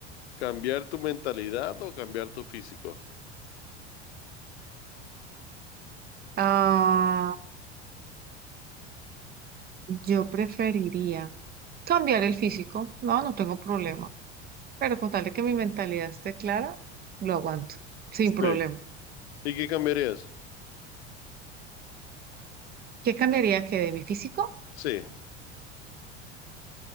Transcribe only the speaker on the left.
cambiar tu mentalidad o cambiar tu físico?
Sí.
¿Y qué cambiarías?
Sí.